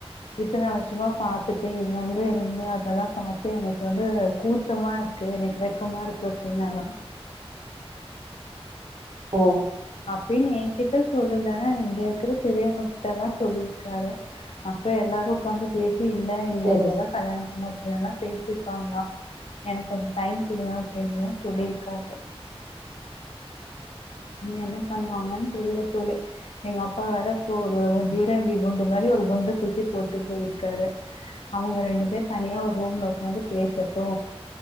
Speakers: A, on the left; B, on the right.
A: இத்தன வருஷமா பாத்துட்டு இங்க வந்து இருந்து அதெல்லாம் பாத்து எனக்கு வந்து கூச்சமா இருக்கு எனக்கு வெக்கமா இருக்கு அப்டின்னாரா
B: ஓ
A: அப்டின் ஏகிட்ட சொல்லல இங்க இருக்கிற பெரியவங்ககிட்ட எல்லா சொல்லியிருக்காரு அப்புறொ எல்லாரு உக்காந்து பேசி இல்ல நீ
B: சரி
A: அவ்ளதா
B: சரி
A: கல்யணம் பண்ணு அப்டின்லா சொ பேசிர்க்காங்ளா எனக்கு கொஞ்சொ டைம் குடுங்க அப்டின்றமாரி சொல்லிருக்காரு இன்னு என்ன பண்ணுவாங்கன் தெர்ல தோழி எங்க அப்பா வேற இப்போ ஒரு பீரங்கி குண்டு மாரி ஒரு குண்ட தூக்கி போட்டு போயிருக்காரு அவுங்க ரெண்டு பேர் தனியா ஒரு ரூம்ல உக்காந்து பேசட்டு